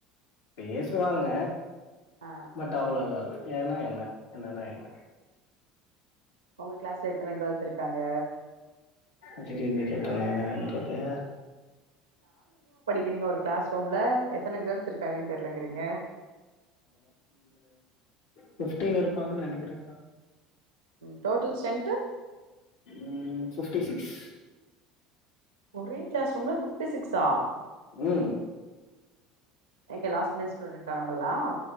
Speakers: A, on the left (about 75°); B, on the right (about 85°).
A: பேசுவாங்க
B: ஆ
A: பட் அவ்ளலா இல்ல ஏனா என்ன என்னன்னா என்ன
B: ஒங்க கிளாஸ்ல எத்தன கேர்ள்ஸ் இருக்கு க்காங்க
A: திடீர்னு கேட்டா நா என்னன்றது
B: இருங்க ஒரு கிளாஸ் ரூம்ல எத் எத்தன கேர்ள்ஸ் இருக்காங்கன் தெர்லங்கிறீங்க
A: பிப்டீன் இருப்பாங்கன்னு நினைக்கிறாங்க
B: டோட்டல் ஸ்ட்ரென்த்து
A: உம் ஃபிட்டி சிக்ஸ்
B: ஒரே கிளாஸ் ரூம்ல ஃபிப்டி சிக்ஸா
A: உம்
B: எங்க லாஸ்ட் பெஞ்ச் ஸ்டுடென்ட் நம்பல்லாம்